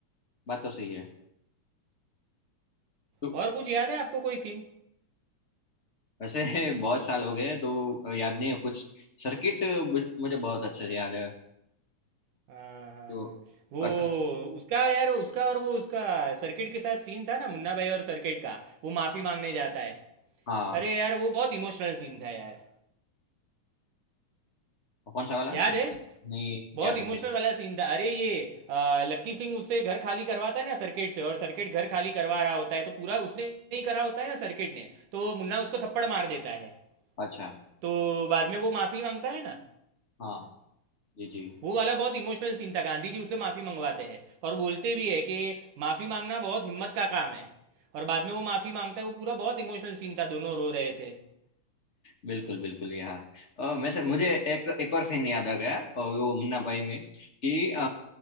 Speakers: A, on the left (about 30°); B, on the right (about 80°).
A: बात तो सही है तो
B: और कुछ याद है आपको कोई सीन?
A: वैसे <laughs> बहुत साल हो गए हैं, तो याद नहीं है कुछ सर्किट मुझे बहुत अच्छे से याद है
B: हाँ, हाँ।
A: तो
B: वो
A: और सर
B: उसका यार उसका और वो उसका सर्किट के साथ सीन था ना मुन्ना भाई और सर्किट का, वो माफ़ी माँगने जाता है।
A: हाँ
B: अरे यार, वो बहुत इमोशनल सीन था यार।
A: और कौन सा वाला
B: याद है
A: नहीं
B: बहुत
A: याद
B: इमोशनल
A: नहीं है।
B: वाला सीन था अरे ये आ, लक्की सिंह उससे घर खाली करवाता है ना सर्किट से और सर्किट घर खाली करवा रहा होता है तो पूरा उसने ही करा होता है ना सर्किट ने तो मुन्ना उसको थप्पड़ मार देता है
A: अच्छा
B: तो बाद में वो माफ़ी मांगता है ना
A: हाँ जी जी
B: वो वाला बहुत इमोशनल सीन था गांधी जी उससे माफ़ी मंगवाते हैं और बोलते भी है कि माफ़ी मांगना बहुत हिम्मत का काम है और बाद में वो माफ़ी मांगता है वो पूरा बहुत इमोशनल सीन था दोनों रो रहे थे
A: बिल्कुल बिल्कुल यहाँ अ, मैं से, मुझे एक एक और सीन याद आ गया और वो मुन्ना भाई में कि अ,